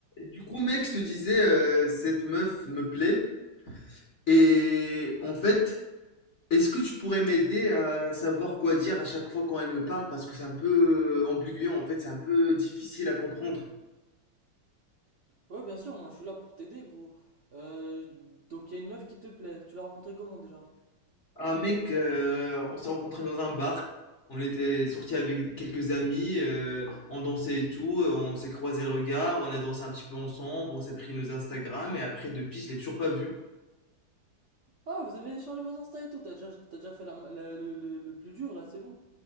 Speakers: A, on the left; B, on the right.
A: Du coup, mec, je te disais, euh, cette meuf me plaît. Et en fait, est-ce que tu pourrais m'aider à savoir quoi dire à chaque fois quand elle me parle? Parce que c'est un peu euh, ambigu, en fait, c'est un peu difficile à comprendre.
B: Ouais, bien sûr, moi je suis là pour t'aider, gros. Euh, donc il y a une meuf qui te plaît. Tu l'as rencontrée comment déjà?
A: Un mec, euh, on s'est rencontrés dans un bar. On était sortis avec quelques amis, euh, on dansait et tout, on s'est croisé le regard, on a dansé un petit peu ensemble, on s'est pris nos Instagram, et après, depuis, je l'ai toujours pas vu.
B: Ah, vous avez échangé vos Insta et tout. T'as déjà, t'as déjà fait la, la- le, le- le plus dur là, c'est bon.